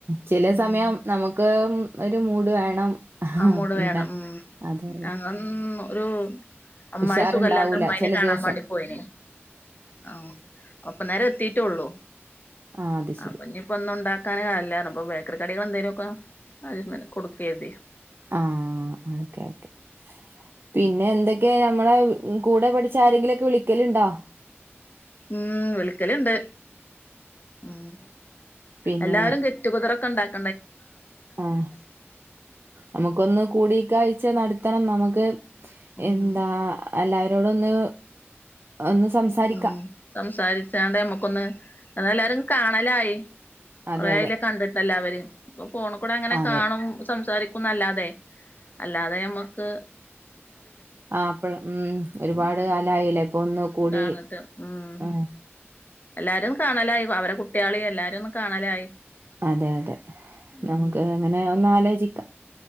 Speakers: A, on the right; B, on the left.
A: ചില
B: ഉം
A: സമയം നമുക്ക് ഉം ഒരു മൂട് വേണം
B: അമ്മോട് വേണം
A: ഉണ്ടാ
B: ഉം
A: അതെ അതെ
B: അങ്ങ ഒരു അമ്മായി
A: ഉഷാറുണ്ടാവൂല
B: സുഖല്ലാത്ത അമ്മായിനെ
A: ചില
B: കാണാൻ
A: ദിവസം
B: വേണ്ടി പോയിനെ ആഹ് അപ്പ നേരം എത്തിട്ടൊള്ളൂ
A: ആഹ് അത് ശരി
B: അപ്പൊ ഇഞ്പ്പം ഒന്ന ഉണ്ടാക്ക ക്കാൻ നല്ലേനീ പ്പ ബേക്കറി കടികൾ എന്തെിലു ഒക്കെ ആദ്യം തന്നെ കൊടുക്കരുതെ
A: ആഹ് ഓക്കെ ഓക്കെ പിന്നെ എന്തൊക്കെയ നമ്മള കൂടെ പഠി ച്ച് ആരെങ്കിലൊക്കെ വിളിക്കലുണ്ടോ
B: ഉം വിളിക്കല്ണ്ട് ഉം
A: പിന്നെ
B: എല്ലാരും ഗെറ്റ്ടുഗദർ ഒക്കെ ഉണ്ടാക്
A: ആഹ് നമുക്കൊന്ന് കൂടിക്കാഴ്ച നടത്തണം നമുക്ക്
B: ഉം
A: എന്താ എല്ലാവരോട് ഒന്ന് ഒന്ന് സംസാരിക്കാം
B: ഉം സംസാരിച്ചാണ്ട് നമ്മക്കൊന്ന് എന്നല്ലാരും കാണലായി
A: അതെ
B: കൊറേ അയീലേ
A: അതെ
B: കണ്ടിട്ട എല്ലാവരും ഇപ്പൊ ഫോണിൽ കൂടെ അങ്ങനെ
A: അതെ
B: കാണും സംസാരിക്കുംന്നല്ലാതെ അല്ലാതെ ഞമ്മക്ക്
A: ആപ്പിൾ ഉം ഒരുപാട്
B: ഉം
A: കാലായില്ല ഇപ്പൊ ഒന്ന് കൂടി
B: കാണിട്ട് ഉം
A: ആഹ്
B: എല്ലാരും കാണലായി അവരെ കുട്ടികളി എല്ലാരും ഒന്നും കാണലായി
A: അതെ അതെ
B: ഉം
A: നമുക്ക് അങ്ങനെ ഒന്ന് ആലോചിക്കാം